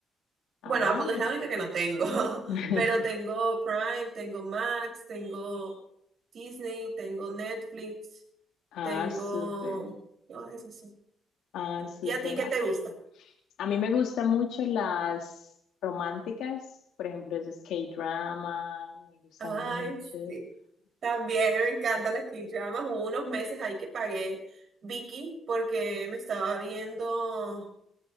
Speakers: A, on the left; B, on the right.
A: Ah,
B: Bueno, Apple es la única que no tengo, <laughs>
A: <laughs>
B: pero tengo Prime, tengo Max, tengo Disney, tengo Netflix,
A: ah,
B: tengo...
A: súper,
B: Todas esas.
A: ah, súper.
B: ¿Y a ti qué
A: Ah,
B: te gusta?
A: A mí me gustan mucho las románticas, por ejemplo, esos K-drama, me gustan
B: Ay,
A: mucho.
B: sí. También me encantan las K-dramas. Hubo unos meses ahí que pagué Vicky porque me estaba viendo.